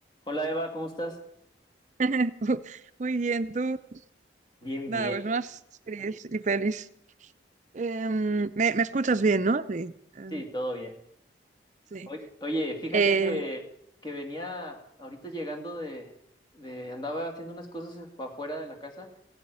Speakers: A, on the left; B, on the right.
A: Hola Eva, ¿cómo estás?
B: <laughs> Muy bien, tú.
A: Bien,
B: Nada,
A: bien.
B: pues más series y pelis. Em, me, me escuchas bien, ¿no? Sí. em,
A: Sí, todo bien.
B: sí.
A: Oy- Oye, fíjate
B: Eh,
A: que, que venía ahorita llegando de, de... Andaba haciendo unas cosas afuera de la casa